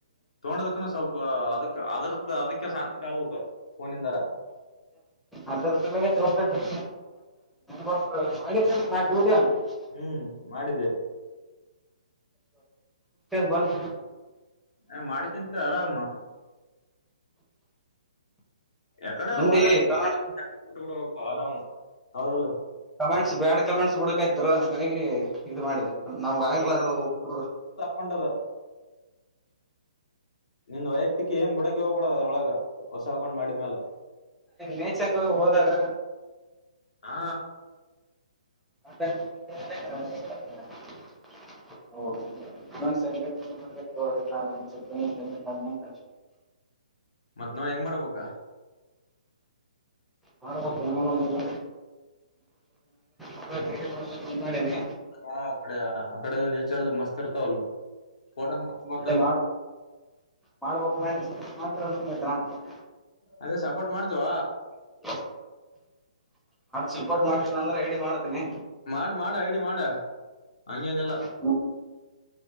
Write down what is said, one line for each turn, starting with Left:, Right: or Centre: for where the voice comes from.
Left: ತೋೊಂಡದಕ್ಕನು ಸ್ವಲ್ಪ ಅದಕ್ ಅದ್ರದ್ದ ಅದಕ್ಕೆ ಸಾರ್ಥಕ್ ಆಗ್ಬೇಕು ಫೋನಿಂದಾರ
Centre: ಅದರ ಸಲುಗೆ ತಗೊಂಡಿದ್ದು ಹಾಟ್ಟೆ ಮಡೂಡಿಯ <unintelligible>
Left: ಹ್ಮ್ ಮಾಡಿದ್ದೆ
Centre: ಬಂದ
Left: ಅ ಮಾಡ್ಿಕಿಂತ ಆರಾಮ ಎಕಡೆ
Centre: ಮಂದಿ
Left: ಹೋದಾಗಡ
Centre: ಕಮೆಂಟ್ಸ್
Left: ಹೋಗು ಆರಾಮ್ ಹೌದಲ್ಲ
Centre: ಕಮೆಂಟ್ಸ್ ಬ್ಯಾಡ್ ಕಮೆಂಟ್ಸ್ ಬಿಡ್ಕ ಇದರು ಹಾಗಿ ಇದು ಮಾಡಿದೆ ನಮ್ಗ ಆಗ್ಲಾರ ಹ
Left: ಹೊಂಡದು ನಿಂದ್ ವೈಯಕ್ತಿಕ ಏನ್ ಬುಡಕ ಹೋಗಬೇಡ ಅದರ ಹೊಳಗ ಹೊಸ ಅಕೌಂಟ್ ಮಾಡಿದ್ಮ
Centre: ನೇಚರ್ ಹೋದಾಗ
Left: ಹಾ
Centre: <unintelligible> <unintelligible> ಸಂಜೆ <unintelligible>
Left: ಮತ್ ನೋಡ ಹೆಂಗ ಮಾಡ್ಬೇಕಾ
Centre: ಮಾಡಬೇಕಾ <unintelligible> ಡೈಲಿ ಮಾಡೇನೆ
Left: ಆ ಕಡೆ ಅಕಡೆ ನೇಚರ್ ಮಸ್ತ್ ಇರ್ತಾವಲ್ ಫೋಟೋ ಮಸ್ತ್ ಬರ್ತಾವ
Centre: ಮಾಡ
Left: ಇಲ್ಲಿ
Centre: ಮಾಡ್ಬೇಕು <unintelligible> ಮಾಡ್ತ <unintelligible>
Left: ಅದೇ ಸಪೋರ್ಟ್ ಮಾಡ್ತೀವ
Centre: <unintelligible> ಸಪೋರ್ಟ್ ಮಾಡ್ತೀನಿ ಅಂದ್ರ ಇಡಿ ಮಾಡ್ತೀನಿ
Left: ಮಾಡ ಮಾಡ ಐಡಿ ಮಾಡ ಹಂಗೇನಿಲ್ಲ
Centre: <unintelligible>